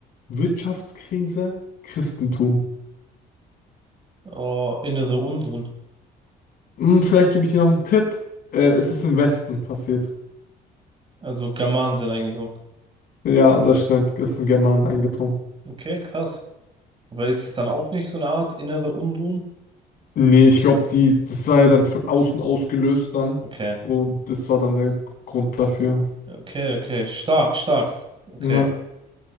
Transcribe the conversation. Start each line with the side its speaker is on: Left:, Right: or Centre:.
Left: Wirtschaftskrise, Christentum.
Right: Oh, innere Unruhen.
Left: Hm, vielleicht gebe ich dir noch einen Tipp. Äh, es ist im Westen passiert.
Right: Also Germanen sind eingedrungen.
Left: Ja, das stimmt. Es sind Germanen eingedrungen.
Right: Okay, krass. Aber ist es dann auch nicht so eine Art innere Unruhen?
Left: Nee, ich glaube, die, das war ja dann von außen ausgelöst dann.
Right: Okay.
Left: Und das war dann der Grund dafür.
Right: Okay, okay. Stark, stark. Okay.
Left: Ja.